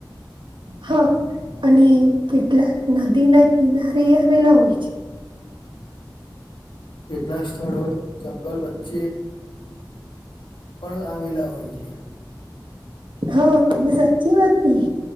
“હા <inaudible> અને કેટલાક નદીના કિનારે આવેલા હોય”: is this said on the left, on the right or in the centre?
Right